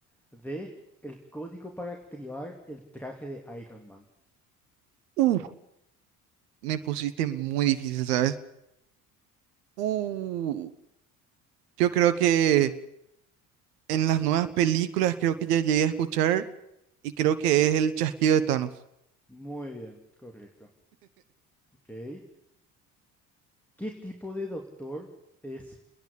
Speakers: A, in the centre; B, on the right.
A: D, el código para activar el traje de Iron Man.
B: Uh, me pusiste muy difícil, ¿sabes? Uh, yo creo que en las nuevas películas creo que ya llegué a escuchar. y creo que es el chasquido de Thanos.
A: Muy bien, correcto. Ok. ¿Qué tipo de doctor es